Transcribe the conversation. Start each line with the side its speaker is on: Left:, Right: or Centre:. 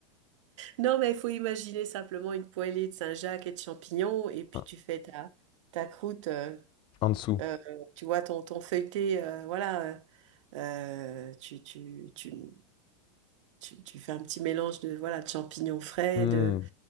Right: Non, mais il faut imaginer simplement une poêlée de Saint-Jacques et de champignons, et puis
Left: Ah,
Right: tu fais ta, ta croûte, euh,
Left: En dessous.
Right: euh, tu vois, ton, ton feuilleté, euh, voilà. euh, euh, tu, tu, tu, tu, tu fais un petit mélange de, voilà, de champignons frais,
Left: Hmm.
Right: de,